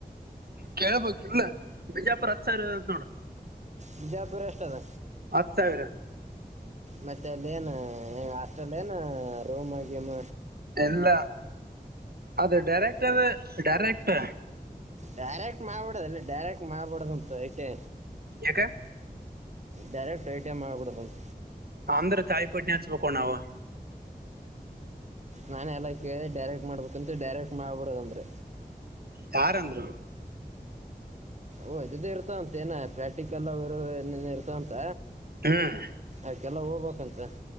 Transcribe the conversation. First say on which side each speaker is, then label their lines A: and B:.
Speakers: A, on the right; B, on the right.
A: ಕೇಳ್ಬೇಕಿಲ್ಲ ಬಿಜಾಪು ಹತ್ ಸರ್ ನೋಡ
B: ಬಿಜಾಪುರ ಅಷ್ಟದ
A: ಹತ್ ಸಾವಿರ
B: ಮತ್ತೆ ಅಲ್ಲಿ ಏನು ಹೆಗೆ ಹಸ್ಟೆಲ್ ಏನು ರೂಮ್ ಆಗ್ಯಮ್ಮ
A: ಎಲ್ಲ ಅದು ಡೈರೆಕ್ಟ ಅ ಡರೆಕ್ಟ್
B: ಡೈರೆಕ್ಟ್ ಮಾಡ್ಬಡುದ ಅಲ್ಲಿ ಡೈರೆಕ್ಟ್ ಮಾಡಬಿಡದುಂತು ಐತೆ
A: ಯಾಕೆ
B: ಡೈರೆಕ್ಟ್ ಐ ಟಿ್ ಮಾಡ್ಬಿಡುತ್ತಂತ
A: ಅಂದ್ರೆ ತಾಯಿಪೋಟ್ಟನ ಹಾಚ್ಬೇಕು ನಾವವು
B: ನಾನು ಎಲ್ಲ ಕೇಳಿದೆ ಡೈರೆಕ್ಟ್ ಮಾಡ್ಬೇಕಂತ ಡೈರೆಕ್ಟ್ ಮಾಡ್ಬಿಡೋದಂದ್ರೆ
A: ಯಾರಂದ್ರು
B: ಓ ಇದದುದೇ ಇರ್ತಾ ಉಂತೇನ ಪ್ಯಾಟಿ ಅಕ್ಕೆಲ್ಲರ ಇರ್ತಂತ
A: ಹ್ಮ್
B: ಆಕಲ್ಲ ಹೋಗ್ಬೇಕಂತ